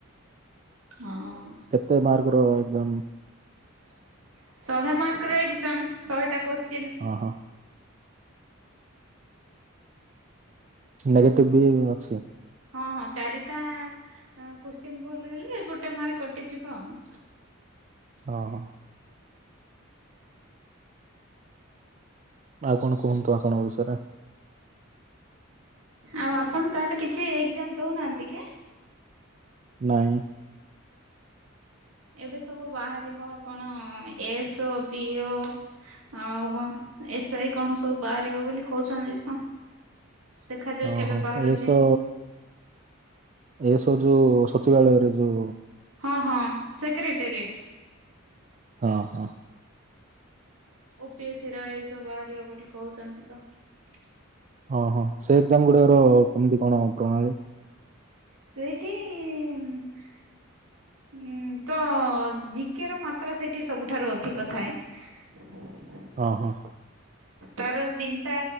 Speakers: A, on the right; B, on the right.
A: ହଁ ।
B: ତା ମାର୍କ୍ ର ଏକ୍ଜାମ?
A: <inaudible> ଶହେ ମାର୍କ ର ଏକ୍ଜାମ ଶହେଟା କୋଶ୍ଚିନ।
B: ଓହୋ ନେଗେଟିବ୍ ବି ଅଛି ।
A: ହଁ ହଁ ଚାରିଟା ଆ କୋଶ୍ଚିନ୍ ଭୁଲ ହେଲେ ଗୋଟେ ମାର୍କ କଟିଯିବ ଆଉ। <inaudible>
B: ଅହ। ଆଉ କଣ କୁହନ୍ତୁ ଆପଣଙ୍କ ବିଷୟରେ ।
A: ଆଉ ଆପଣ ତାହେଲେ କିଛି ଏକ୍ଜାମ ଦଉନାହାନ୍ତି କି?
B: ନାହିଁ ।
A: ଏବେ ସବୁ ବାହାରିବ କଣ ଏସ୍ ଓ ପି ଓ ଆଉ କଅଁ ଏସ୍ ଆଇ କଣ ସବୁ ବାହାରିବ ବୋଲି କହୁଛନ୍ତି ତ। ଦେଖାଯାଉ
B: ଅହ
A: କେବେ ବାହାରୁଛି।
B: ଏ ସ ଏ ସ୍ ଯଉ ସଚିବାଳୟରେ ଯଉ
A: ହଁ ହଁ ସେକ୍ରେଟେରିଏଟ୍।
B: ଅ ହ।
A: ଓ ପି ଏ ସି ର ଏସବୁ ବାହାରିବ ବୋଲି କହୁଛନ୍ତି ତ ।
B: ଅ ହ ସେ ତଙ୍ଗୁଡ଼ାର କେମତି କଣ ପ୍ରଣାଳୀ?
A: ସେଇଠି ଉ <inaudible> ଉଁ ତ ଜି କେ ର ମାତ୍ରା ସେଇଠି ସବୁଠାରୁ ଅଧିକ ଥାଏ ।
B: ଅ ହଁ ।
A: ତାର ତିନିଟା